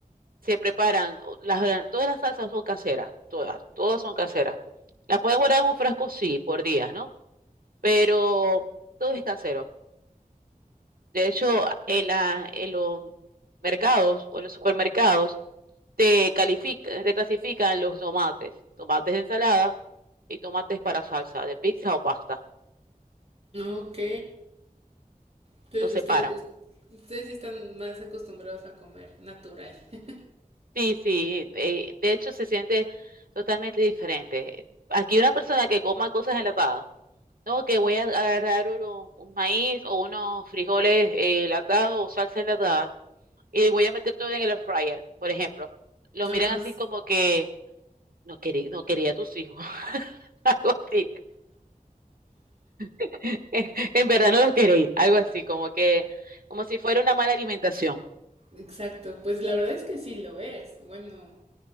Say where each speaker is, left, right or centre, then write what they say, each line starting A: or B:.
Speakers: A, on the right; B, on the right.
A: se preparan, o- las, todas las salsas son caseras, todas, todas son caseras. Las pueden guardar en un frasco, sí, por días, ¿no? Pero todo es casero. De hecho, en la, en los mercados o en los supermercados, te califica, te clasifican los tomates, tomates de ensalada y tomates para salsa de pizza o pasta.
B: ok. Entonces
A: Los
B: ustedes,
A: separan.
B: ustedes sí están más acostumbrados a comer natural. <laughs>
A: Sí, sí, eh, de hecho se siente totalmente diferente. Aquí una persona que coma cosas enlatadas, no, que voy a agarrar uno- un maíz o unos frijoles eh, enlatados o salsa enlatada y voy a meter todo en el air fryer, por ejemplo. Lo
B: Ajá,
A: miran así
B: s-
A: como que no quería, no quería a tus hijos. <laughs> Algo así <laughs> En verdad no los queréis, algo así, como que, como si fuera una mala alimentación.
B: exacto. Pues la verdad es que sí lo es. Bueno,